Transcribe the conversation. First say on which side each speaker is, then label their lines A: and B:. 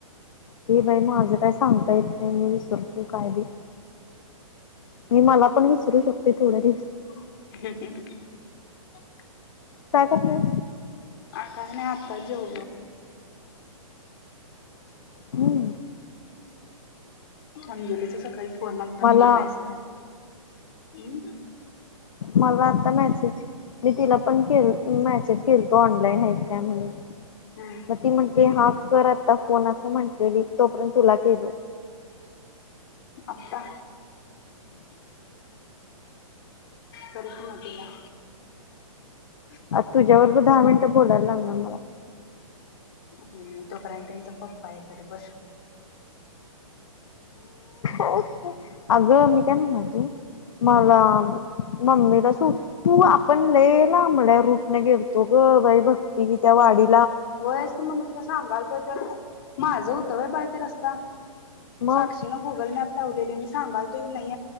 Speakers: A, on the left; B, on the left.
A: हे बाई माझं काय सांगता येत नाही मी विसरतो कायली मी मला पण विसरू शकते थोड्या दिवस
B: ह
A: का कर
B: काय नाही आता जेव
A: हम्म
B: अमजोलीच सकाळी फोण आलता
A: मला
B: तुझ मेसेज हम्
A: मला आता मेसेज मी तिला पण केला मेसेज केलतो ऑनलाईन ह काय म्हला
B: हम्म
A: मग ती म्हंटली हा कर आता फोन असं म्हंटलेली तोपर्यंत तुला गेलो
B: का करिक नटला <unintelligible>
A: आ तुझ्या बरोबर दहा मिनटं बोलायला लागनार मला
B: हम्म तोपर्यंत त्यांचा पप्पा येतरी बस
A: अ अगं मी काय म्हणाल तो मला मम्मीला सू तू आपण लई लामच्या रूटने गेलतो ग बाई बक्ती की त्या वाडी
B: होयस त मग मी तुला सांगाल त तर माझं होतं बाय ते रस्ता
A: मग
B: साक्षी न गुगल मॅप लावलेली मी सांगाल तो नाही